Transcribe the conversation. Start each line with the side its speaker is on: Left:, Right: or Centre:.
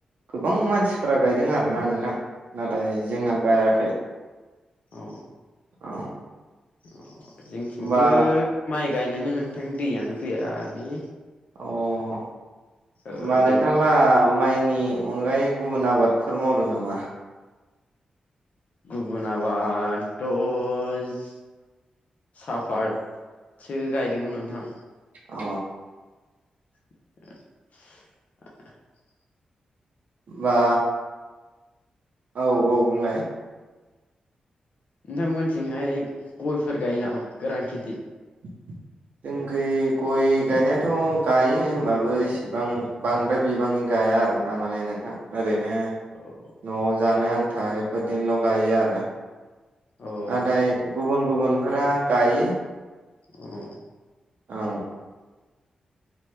Right: गोबां मानसिफोरा गायदों आरोना नोंथां। नाथाय जोंहा गायाखै।
Left: अ
Right: औ
Left: अ जोंथिंबो।
Right: होमबा
Left: माइ गायनोनो नोंथां दैयानो फैयालै।
Right: अ होमबा
Left: ओ दै
Right: नोंथां लाहा। माइनि अनगायै गुबुन आबादफोर मावदों नामा।
Left: गुबुुन आबादथ'। सापातसो गायदोंमोन नोंथां।
Right: अ।
Left: ओ
Right: बा। औ औ बुंलाय।
Left: नोंथांमोनथिंहाय गयफोर गायो नामा गोरान खेथि।
Right: <unintelligible> जोंनिखै गय गय गायनायाथ' गायो होमबाबो एसेबां बांद्राय बिबांनि गाया आरो ना माने नोंथां। ओरैनो
Left: औ
Right: न'आव जानो आन्था बेफोरदिनोल' गायो आरो।
Left: अ
Right: नाथाय गुबुन गुबुनफोरा गायो।
Left: अ।
Right: औ